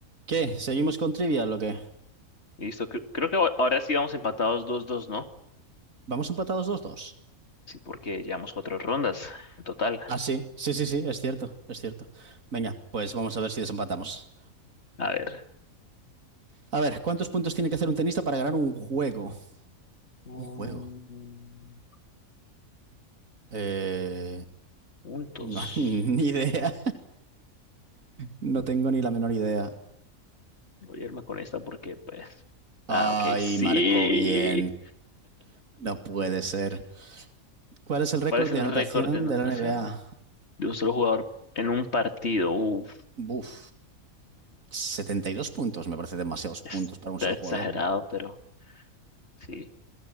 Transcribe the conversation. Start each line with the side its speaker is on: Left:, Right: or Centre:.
Right: ¿Qué? ¿Seguimos con Trivial o qué?
Left: Listo, cre- creo que ahora ahora sí vamos empatados 2-2, ¿no?
Right: ¿Vamos empatados dos dos?
Left: Sí, porque llevamos cuatro rondas en total.
Right: Ah, sí, sí, sí, sí, es cierto, es cierto. Venga, pues vamos a ver si desempatamos.
Left: A ver.
Right: A ver, ¿cuántos puntos tiene que hacer un tenista para ganar un juego?
Left: Mm,
Right: Un juego. Eh,
Left: Juntos.
Right: no, <laughs> ni idea. No tengo ni la menor idea.
Left: Voy a irme con esta porque, pues.
Right: Ay,
Left: Ah, ok, sí.
Right: marcó bien. No puede ser. ¿Cuál es el récord
Left: ¿Cuál es
Right: de
Left: el
Right: anotación
Left: récord de anotación
Right: de la NBA?
Left: de un solo jugador en un partido? Uf,
Right: Buf. setenta y dos puntos, me parece demasiados puntos
Left: está
Right: para un solo
Left: exagerado,
Right: jugador, ¿no?
Left: pero sí.